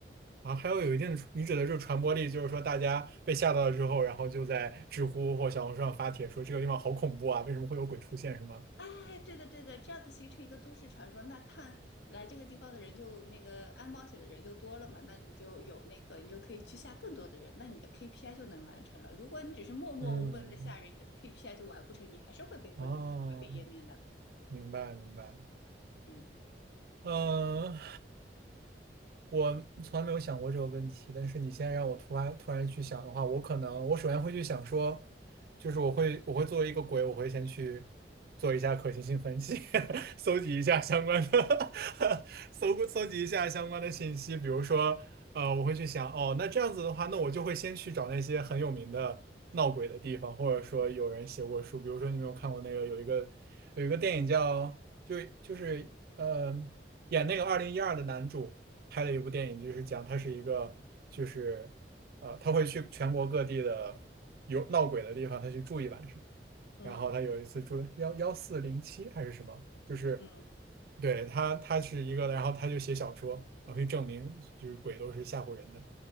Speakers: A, on the right; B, on the left.
A: 然后还有有一定的，你指的就是传播力，就是说大家被吓到了之后，然后就在知乎或小红书上发帖说这个地方好恐怖啊，为什么会有鬼出现，是吗？
B: 哎，对的对的，这样子形成一个都市传说，那看来这个地方的人就那个安保险的人就多了嘛，那你就有那个，你就可以去吓更多的人，那你的 KPI 就能完成了。如果你只是默默无闻的吓人，
A: 嗯，
B: 你的 KPI 就完不成，你还是会被灰灰飞烟灭的。
A: 哦，明白明白。
B: 嗯
A: 嗯，我从来没有想过这个问题，但是你现在让我突发突然去想的话，我可能我首先会去想说，就是我会我会作为一个鬼，我会先去做一下可行性分析，<laughs> 搜集一下相关的 <laughs> 搜搜集一下相关的信息，比如说呃，我会去想哦，那这样子的话，那我就会先去找那些很有名的闹鬼的地方，或者说有人写过书，比如说你有没有看过那个有一个有一个电影叫就就是呃演那个二零一二的男主。拍了一部电影，就是讲他是一个，就是呃，他会去全国各地的有闹鬼的地方，他去住一晚上。
B: 嗯。
A: 然后他有一次住幺幺四零七还是什么，就是
B: 嗯
A: 对，他他是一个，然后他就写小说，然后去证明就是鬼都是吓唬人的。